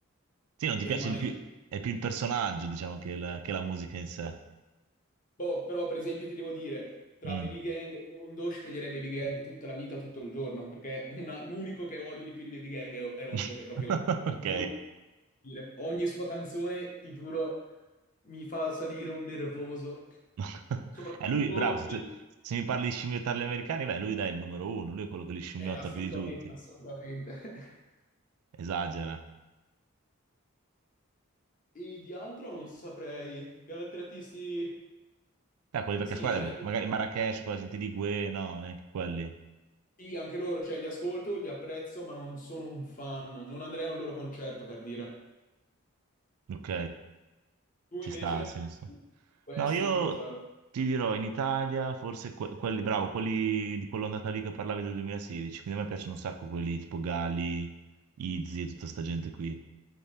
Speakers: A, on the right (about 85°); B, on the left (about 35°).
A: Sì, non ti
B: che
A: piace
B: rimane
A: il più,
B: chiuso.
A: è più il personaggio, diciamo, che la, che la musica in sé.
B: Boh, però per esempio ti devo dire, tra
A: Mm.
B: Baby Gang e Rondo sceglierei Baby Gang tutta la vita, tutto il giorno, perché una- l'unico che odio di più di Baby Gang è, è Rondo,
A: <laughs>
B: che proprio
A: Ok.
B: non lo posso dire. Ogni sua canzone, ti giuro, mi fa salire un nervoso.
A: <laughs>
B: Soprattutto
A: Eh, lui, bravo, se,
B: le...
A: tu- se mi parli di scimmiottare gli americani, beh, lui dai, è il numero uno, lui è quello che li scimmiotta
B: eh, assolutamente,
A: più di tutti.
B: assolutamente. <laughs>
A: Esagera.
B: E di altro non saprei. Che altri artisti...
A: Eh, quelle vecchie
B: Sì,
A: squadre,
B: cioè, io-
A: magari Marrakesh, quella gente di Gue, no, neanche quelli.
B: sì, anche loro, cioè, li ascolto, li apprezzo, ma non sono un fan. Non andrei a un loro concerto, per dire.
A: Ok,
B: Tu
A: ci
B: invece,
A: sta, ha senso.
B: questi
A: No, io
B: cosa...
A: ti dirò, in Italia, forse que- quelli, bravo, quelli di quell'ondata lì che parlavi del 2016, quindi a me piacciono un sacco quelli tipo Gali, Izzy e tutta sta gente qui.